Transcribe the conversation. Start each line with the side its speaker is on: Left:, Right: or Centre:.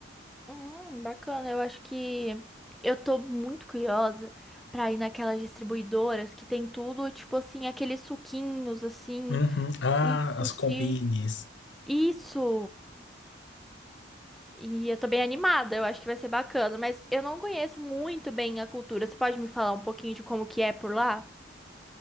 Centre: Hum, bacana. Eu acho que eu tô muito curiosa pra ir naquelas distribuidoras que tem tudo, tipo assim, aqueles suquinhos assim,
Left: Uhum. Ah,
Centre: e sushi.
Left: as combines.
Centre: Isso! E eu tô bem animada, eu acho que vai ser bacana, mas eu não conheço muito bem a cultura. Você pode me falar um pouquinho de como que é por lá?